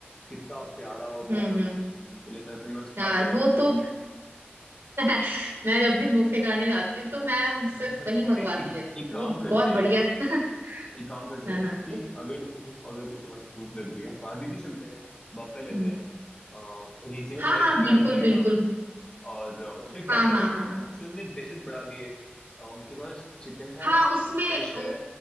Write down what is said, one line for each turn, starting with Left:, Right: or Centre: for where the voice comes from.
Left: कितना प्यारा होता
Right: हम्म
Left: है वो
Right: हम्म हम्म
Left: बिल्कुल ऐसा लगता है कि बस खाते
Right: यार
Left: जाओ
Right: वो
Left: खाना
Right: तो <laughs> मैं जब भी बुफे खाने जाती हूँ तो मैं
Left: <laughs>
Right: सिर्फ वही मंगवाती
Left: तो एक,
Right: रहती
Left: एक
Right: हूँ
Left: काम
Right: वो
Left: करते
Right: बहुत
Left: हैं
Right: बढ़िया <laughs>
Left: एक काम करते
Right: हाँ
Left: हैं
Right: हाँ
Left: कि अगर तुम अगर तुम भूख लग रही है बारबेक्यू चलते हैं बफे लेते
Right: हम्म।
Left: हैं रीजनेबल
Right: हाँ
Left: प्राइस
Right: हाँ
Left: पे भी
Right: बिल्कुल
Left: आ जाएगा
Right: बिल्कुल
Left: और उसमें क्या
Right: हाँ
Left: क्या
Right: हाँ
Left: अब
Right: हाँ हाँ
Left: तो इनने डिशेस बढ़ा दिए अ, उनके पास चिकन है
Right: हाँ,
Left: फिश
Right: उसमें
Left: है
Right: ओ,